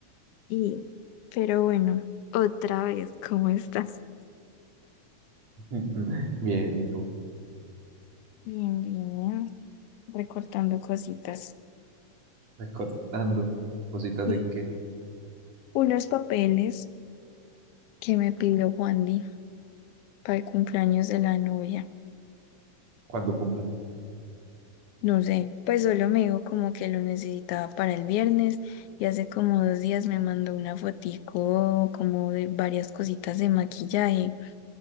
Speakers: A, on the left (about 75°); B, on the right (about 60°).
A: Y, pero bueno, otra vez, ¿cómo estás?
B: <laughs> Bien, ¿y tú?
A: Bien, bien, recortando cositas.
B: Recortando cositas
A: Y
B: de que
A: unos papeles que me pidió Juandi para el cumpleaños de la novia.
B: cuando cumple.
A: No sé, pues solo me dijo como que lo necesitaba para el viernes y hace como dos días me mandó una fotico como de varias cositas de maquillaje.